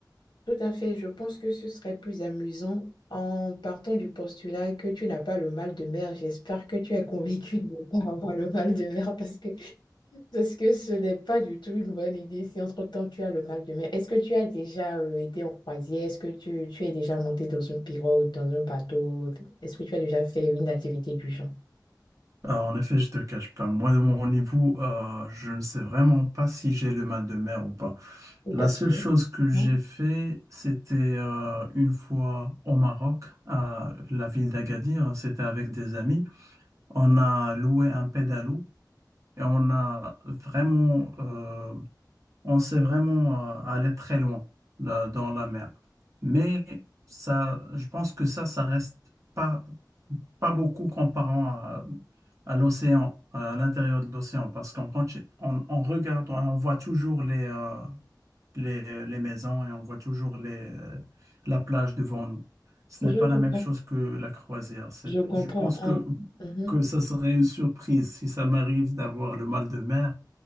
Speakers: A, on the left; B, on the right.
A: Tout à fait, je pense que ce serait plus amusant en partant du postulat que tu n'as pas le mal de mer. J'espère que tu es convaincu de ne pas avoir le mal de mer parce que, <laughs> parce que ce n'est pas du tout une bonne idée si entre-temps tu as le mal de mer. Est-ce que tu as déjà euh, été en croisière? Est-ce que tu, tu es déjà monté dans une pirogue, dans un bateau? Est-ce que tu as déjà fait une activité du genre?
B: Euh, en effet, je te cache pas. Moi, de mon niveau, euh, je ne sais vraiment pas si j'ai le mal de mer ou pas.
A: Tout
B: La
A: à
B: seule
A: fait.
B: chose que j'ai
A: Mhm.
B: fait, c'était euh, une fois au Maroc, à la ville d'Agadir. C'était avec des amis. On a loué un pédalo et on a vraiment euh, on sait vraiment euh, aller très loin là, dans la mer. Mais ça, je pense que ça, ça reste pas, pas beaucoup comparant à, à l'océan, à l'intérieur de l'océan, parce qu'on conti- on, on regarde, on, on voit toujours les, euh, les, les maisons et on voit toujours les, euh, la plage devant nous. Ce
A: Je
B: n'est pas
A: comprends.
B: la même chose que la croisière. C'est,
A: Je comprends,
B: je pense
A: hein.
B: que,
A: Mhm.
B: que ça serait une surprise si ça m'arrive d'avoir le mal de mer.